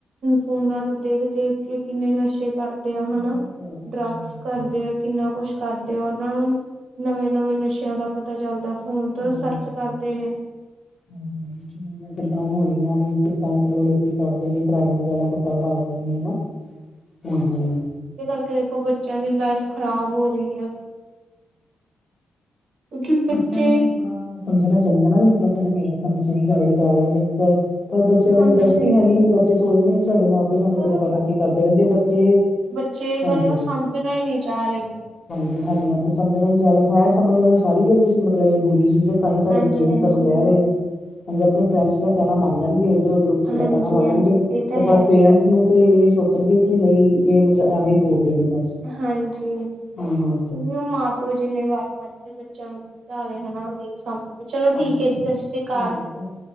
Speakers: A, on the right; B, on the left.
A: ਫੋਨਾ ਤੋਂ ਦੇਖ-ਦੇਖ ਕੇ ਕਿੰਨੇ ਨਸ਼ੇ ਕਰਦੇ ਆ ਹਨਾ,
B: ਹਾਂਜੀ ਹਾਂਜੀ
A: ਡਰੱਗਸ ਕਰਦੇ ਆ। ਕਿੰਨਾ ਕੋਛ ਕਰਦੇ ਆ ਓਨਾਂ ਨੂੰ ਨਵੇਂ-ਨਵੇਂ ਨਸ਼ਿਆਂ ਦਾ ਪਤ ਪਤਾ ਚੱਲਦਾ ਫੋਨ ਤੋ
B: ਪਤਾ
A: ਸਰਚ
B: ਨੀ ਲੱਗਦਾ।
A: ਕਰਦੇ ਨੇ।
B: <unintelligible> ਕਿੱਦਾਂ ਹੋ ਰਹੀਆਂ ਨੇ ਕਿੱਦਾਂ ਮਤਲਬ ਲੋਕੀ ਕਰਦੇ ਨੇ ਕ੍ਰਾਈਮ ਵਗੈਰਾ। ਕਿੱਦਾਂ ਕਰਦੇ ਨੇ ਨਾ, ਹੂੰ-ਹੂੰ।
A: ਏਦੇ ਕਰਕੇ ਵੇਖੋ ਬੱਚਿਆਂ ਦੀ ਲਾਈਫ ਖ਼ਰਾਬ ਹੋ ਰਹੀ ਐ। ਕਿਉਂਕਿ ਬੱਚੇ
B: ਬੱਚਿਆਂ ਨੂੰ ਵੀ ਥੋੜਾ ਸਮਝਨਾ ਚਾਈ ਹੈਨਾ ਬਈ ਮਤਲਬ ਸਾਡੇ ਪੇਰੈਂਟ ਸਾਨੂੰ ਸਹੀ ਗਾਈਡ ਕਰਾ ਰੇ ਨੇ, ਪਰ ਪਰ ਬੱਚਿਆਂ ਦਾ
A: ਹਾਂਜੀ
B: ਇੰਟਰਸਟ ਹੀ ਹੈ ਨੀ, ਬੱਚੇ ਸੋਚਦੇ ਨੇ ਵੀ ਸਾਡੇ ਮਾਂ-ਪਿਓ ਸਾਨੂੰ
A: ਪਰ
B: ਟੋਕਾ-ਟਾਕੀ ਕਰਦੇ ਰੈੰਦੇ, ਬੱਚੇ
A: ਚੇ
B: ਹਾਂਜੀ
A: ਗੱਲ ਨੂੰ ਸਮਝਣਾ ਹੀ ਨੀ ਚਾਰੇ।
B: ਹਾਂਜੀ-ਹਾਂਜੀ ਸਮਝਣ ਨਾਲ, ਹਾਂ ਸਮਝ ਦੇ ਨਾਲ ਸਾਰੇ ਵੀ ਐ ਮਤਲਬ ਏ ਬੁਰੀ ਚੀਜ਼ ਏ। ਤਾਂ ਹੀ ਸਾਡੇ
A: ਹਾਂਜੀ-ਹਾਂਜੀ,
B: ਪੇਰੈਂਟ ਸਾਨੂੰ ਕਹਿ ਰੇ, ਹਾਂਜੀ ਆਪਣੇ ਫਰੈਂਡਸ ਦਾ ਕਹਿਨਾ ਮੰਨ ਲੈਨਗੇ। ਇਧਰੋਂ ਉਦਰੋ ਕਿਸੇ
A: ਹਾਂਜੀ-ਹਾਂਜੀ
B: ਨੇ ਕਹਿਣਾ ਮੰਨ ਲੈਣਗੇ,
A: ਇਹ ਤਾਂ
B: ਤੇ
A: ਹੈ।
B: ਪਰ ਪੇਰੈਂਟਸ ਕਿਉਂ ਕਿ, ਉਹ ਇਹੀ ਸੋਚਣਗੇ ਕਿ ਨਹੀਂ ਇਹ ਵਿੱਚ ਐਵੇਂ ਹੀ ਬੋਲਦੇ ਨੇ ਬਸ
A: ਹਾਂਜੀ,
B: ਹਾਂ ਹਾਂ
A: ਉਹ ਮਾਂ-ਪਿਓ ਜਿੰਨੇ ਵਾਰ <unintelligible> ਬੱਚਿਆਂ ਨੂੰ ਸਮਝਾ ਲੇ ਹਨਾ, ਨਹੀਂ ਸਮਝ, ਚਲੋ
B: ਹਾਂਜੀ
A: ਠੀਕ ਐ ਜੀ,
B: ਹਾਂਜੀ
A: ਸਤਿ ਸ੍ਰੀ ਅਕਾਲ।
B: ਠੀਕ ਹੈ ਜੀ, ਓਕੇ